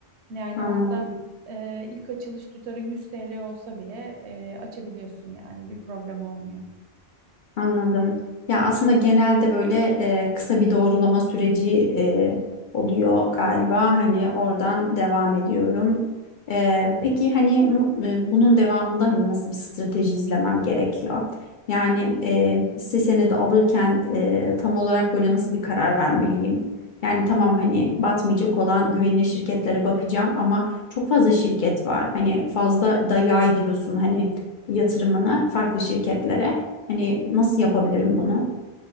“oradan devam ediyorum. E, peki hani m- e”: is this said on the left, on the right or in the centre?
Left